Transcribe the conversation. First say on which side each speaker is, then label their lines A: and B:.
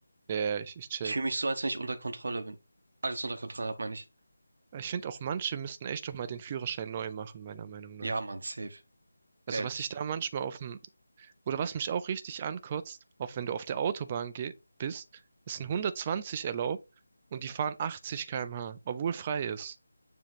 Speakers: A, on the right; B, on the right.
A: Ja, ich, ich check.
B: Ich fühle mich so, als wenn ich unter Kontrolle bin. Alles unter Kontrolle hat, meine ich.
A: Ich finde auch manche müssten echt noch mal den Führerschein neu machen, meiner Meinung nach.
B: Ja, Mann, safe.
A: Also
B: Ehrlich.
A: was ich da manchmal auf dem, oder was mich auch richtig ankotzt, auch wenn du auf der Autobahn geh bist, ist ein 120 erlaubt und die fahren 80 km/h, obwohl frei ist.